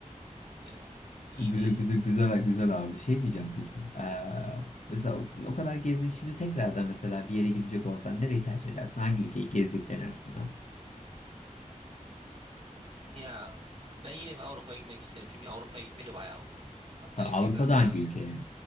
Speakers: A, on the right; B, on the left.
A: Öyle iyiydi
B: Güzel
A: yani.
B: güzel güzel güzel abi. Şey diyeceğim peki. Eee, mesela o, o kadar gezdin şimdi tekrardan mesela bir yere gidecek olsan nereyi tercih edersin? Hangi ülkeyi gezdiklerin arasından?
A: Ya ben yine bir Avrupa'ya gitmek isterim. Çünkü Avrupa'ya gitmeli bayağı oldu ben. Hatta
B: Tabii Avrupa'da
A: tekrar bir Erasmus.
B: hangi ülkeye?